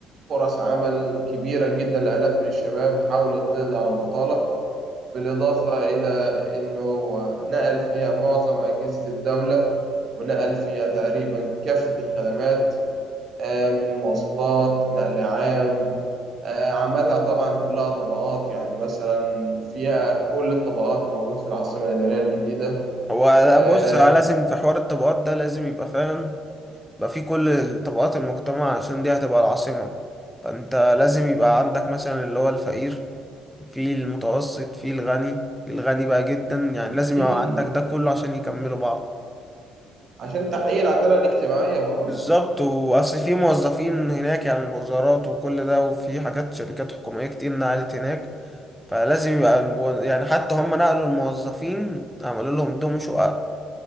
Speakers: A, on the right (about 50°); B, in the centre.
A: فرص عمل كبيرة جدا لآلاف من الشباب حاولت تقضي على البطالة بالإضافة إلى إنه هو نقل فيها معظم أجهزة الدولة ونقل فيها تقريبا كافة الخدمات آه، من مواصلات نقل عام آه، عملها طبعا كلها طبقات يعني مثلا فيها كل الطبقات موجود في العاصمة الإدارية الجديدة
B: هو لا،
A: آه،
B: بص لازم في حوار الطبقات ده لازم يبقى فعلا يبقى في كل طبقات المجتمع عشان دي هتبقى العاصمة فأنت لازم يبقى عندك مثلا اللي هو الفقير في المتوسط في الغني في الغني بقى جدا يعني لازم
A: أكيد
B: يبقى عندك ده كله عشان يكملوا بعض
A: عشان تحقيق العدالة الاجتماعية برضو
B: بالظبط وأصل في موظفين هناك يعني الوزارات وكل ده وفي حاجات شركات حكومية كتير نقلت هناك فلازم يبقى المو- يعني حتى هم نقلوا الموظفين عملوا لهم دهم شقق